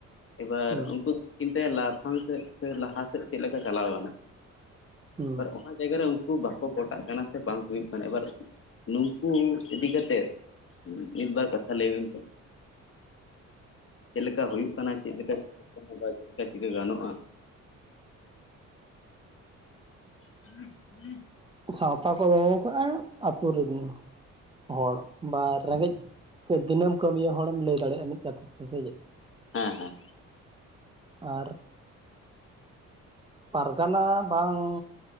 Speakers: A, on the left (about 45°); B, on the right (about 15°).
A: ᱮᱵᱟᱨ
B: ᱦᱩᱸ
A: ᱩᱱᱠᱩ ᱪᱤᱱᱛᱟᱹᱭᱟ ᱞᱟᱯᱷᱟᱝ ᱥᱮᱫ ᱥᱮ ᱞᱟᱦᱟ ᱥᱮᱫ ᱪᱮᱫ ᱞᱮᱠᱟ ᱪᱟᱞᱟᱣ ᱜᱟᱱᱚᱜ,
B: ᱦᱩᱸ
A: ᱟᱨ ᱚᱱᱟ ᱡᱟᱭᱜᱟ ᱨᱮ ᱩᱱᱠᱩ ᱵᱟᱠᱚ ᱯᱚᱴᱟᱜ ᱠᱟᱱᱟ ᱥᱮ ᱵᱟᱝ ᱦᱩᱭᱩᱜ ᱠᱟᱱᱟ ᱮᱵᱟᱨ ᱱᱩᱠᱩ ᱤᱫᱤ ᱠᱟᱛᱮᱫ ᱢᱤᱫ-ᱵᱟᱨ ᱠᱟᱛᱷᱟ ᱞᱟᱹᱭ ᱵᱮᱱ ᱥᱮ? ᱪᱮᱫ ᱞᱮᱠᱟ ᱦᱩᱭᱩᱜ ᱠᱟᱱᱟ ᱪᱮᱫ ᱞᱮᱠᱟ ᱠᱟᱱᱟ ᱵᱟᱭ ᱪᱤᱠᱟᱹ ᱠᱟᱱᱟ ᱪᱤᱠᱟᱹ ᱜᱟᱱᱚᱜᱼᱟ ᱦᱮᱸ ᱦᱩᱸ <unintelligible>
B: ᱥᱟᱶᱛᱟ ᱠᱚ ᱫᱚᱦᱚ ᱟᱠᱟᱜ ᱟᱛᱳ ᱨᱮᱱ ᱦᱚᱲ ᱵᱟ ᱨᱮᱸᱜᱮᱡ ᱛᱮ ᱫᱤᱱᱟᱹᱢ ᱠᱟᱹᱢᱤᱭᱟᱹ ᱦᱚᱲᱮᱢ ᱞᱟᱹᱭ ᱫᱟᱲᱮᱭᱟᱜᱼᱟ ᱢᱤᱫ ᱠᱟᱛᱷᱟ ᱛᱮ ᱥᱮ ᱪᱮᱫ?
A: ᱦᱮᱸ ᱦᱮᱸ
B: ᱟᱨ ᱯᱟᱨᱜᱟᱱᱟ ᱵᱟᱝ